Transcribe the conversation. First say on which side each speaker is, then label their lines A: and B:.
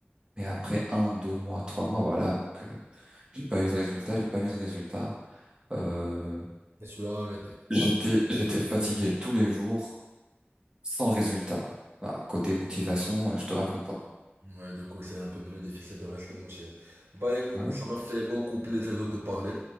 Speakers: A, on the right; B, on the right.
A: Mais après un, deux mois, trois mois, voilà. Donc, euh, j'ai pas eu de résultat. J'ai pas vu de résultat. Euh,
B: Et tu as arrêté.
A: j'étais, j'étais fatigué tous les jours, sans résultat. Bah, côté motivation, euh, je te raconte pas.
B: Ouais, du coup, c'est un peu plus difficile de rester motivé. Bah écoute,
A: Ouais, ouais.
B: ça m'a fait beaucoup plaisir de te parler.